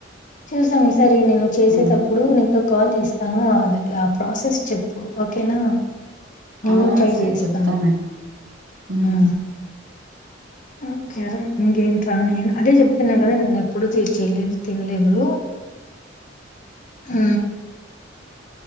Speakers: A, on the left; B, on the right.
A: చూసాం ఈసారి నేను చేసేటప్పుడు
B: ఉమ్
A: న సో కాల్ చేస్తాను అది ఆ ప్రాసెస్ చెప్పు ఓకే కనా నేను
B: ఆ
A: ట్రై
B: సరే
A: చేస్తాను
B: చెప్తానక్క ఉమ్
A: ఆ ఓకేరే ఇంకేంట్రా నను అదే చెప్తున్నా కదా నేను ఎప్పుడుూ చేయలేదు తినలేదు ఆ